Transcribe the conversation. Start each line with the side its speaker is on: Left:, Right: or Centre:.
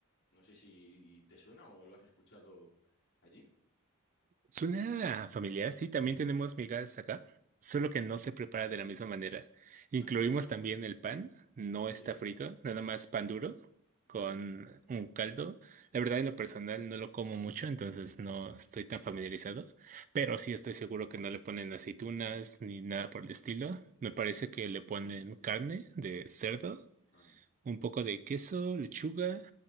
Left: No sé si te suena o lo has escuchado allí.
Right: Suena familiar, sí, también tenemos migas acá, solo que
Left: ¿Mm?
Right: no se prepara de la misma manera. Incluimos
Left: Ah, no.
Right: también el pan, no
Left: Sí,
Right: está frito, nada más pan duro
Left: vale.
Right: con un caldo. La verdad, en lo personal no lo como mucho, entonces no estoy tan familiarizado, pero sí estoy seguro que no le ponen aceitunas ni nada por el estilo. Me parece
Left: Es-
Right: que le ponen
Left: ¿Mm?
Right: carne de cerdo,
Left: Ah,
Right: un poco de queso, lechuga